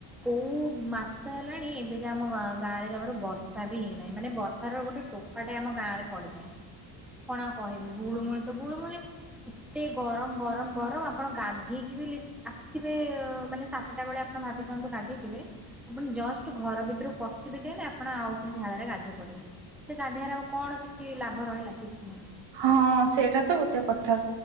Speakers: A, in the centre; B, on the right.
A: କୋଉ ମାସେ ହେଲାଣି ଏବେ ଯା ଆମ ଗାଁରେ ଯମାରୁ ବର୍ଷା ବି ହେଇନାହିଁ। ମାନେ ବର୍ଷାର ର ଗୋଟେ ଟୋପାଟେ ଆମ ଗାଁରେ ପଡିନାଇ। କଣ ଆଉ କହିବି ଗୁଳୁମୂଳି ତ ଗୁଳୁମୁଳି ଏତେ ଗରମ ଗରମ ଗରମ ଆପଣ ଗାଧେ ହେଇକି ବିଲି ଆସିଥିବେ ମାନେ ସାତଟା ବେଳେ ଆ ଆପଣ ଭାବିଥାନ୍ତୁ ଗାଧେଇଥିବେ ଆପଣ ଜଷ୍ଟ ଘର ଭିତରୁ ପଶିବେ କି ନାହିଁ ଆପଣ ଆଉ ଥରେ ଝାଳରେ ଗାଧେ ଗଧେଇ ପଡିବେ, ସେ ଗାଧେଇଆରେ ଆଉ କଣ କିଛି ଲାଭ ରହିଲା କିଛି ନାହିଁ।
B: ହଁ ସେଇଟା ତ ଗୋତେ କଠା।